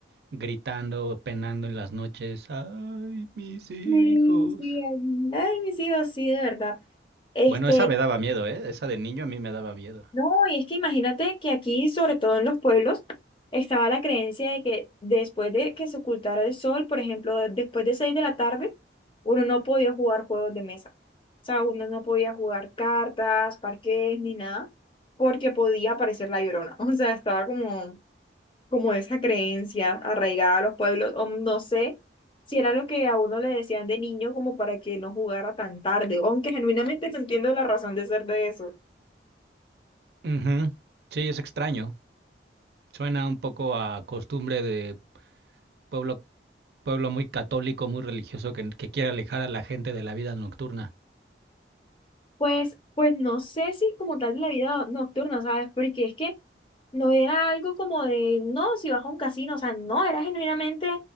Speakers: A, on the right (about 60°); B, on the left (about 30°).
A: gritando, penando en las noches, ay, mis hijos.
B: Sí, sí, ay, ay, mis hijos, sí, de verdad. Este,
A: Bueno, esa me daba miedo, ¿eh? Esa de niño a mí me daba miedo.
B: No, y es que imagínate que aquí, sobre todo en los pueblos, estaba la creencia de que después de que se ocultara el sol, por ejemplo, después de seis de la tarde, uno no podía jugar juegos de mesa. O sea, uno no podía jugar cartas, parques, ni nada, porque podía aparecer la llorona. <laughs> O sea, estaba como, como esa creencia arraigada a los pueblos, o no sé si era lo que a uno le decían de niño como para que no jugara tan tarde, aunque genuinamente no entiendo la razón de ser de eso.
A: Ujú. Sí, es extraño. Suena un poco a costumbre de pueblo, pueblo muy católico, muy religioso, que, que quiere alejar a la gente de la vida nocturna.
B: Pues, pues no sé si como tal de la vida nocturna, ¿sabes? Porque es que no era algo como de, no, si vas a un casino, o sea, no, era genuinamente,